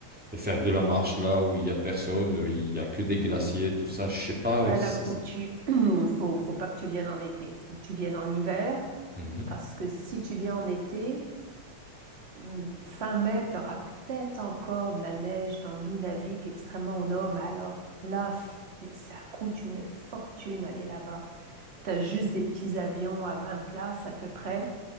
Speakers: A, in the centre; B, on the right.
A: et faire de la marche là où il y a personne, euh, il y a que des glaciers, tout ça. Je sais pas
B: Ben
A: euh, si.
B: là, faut
A: si-
B: que tu... <clears throat> faut, faut pas que tu viennes en été, faut que tu viennes en hiver,
A: Mhm,
B: parce que si tu viens en été, hum, fin mai, tu auras peut-être encore de la neige dans le Nunavik, extrêmement au nord, mais alors là, c'est- ça coûte une fortune aller là-bas. T'as juste des petits avions à 20 places à peu près.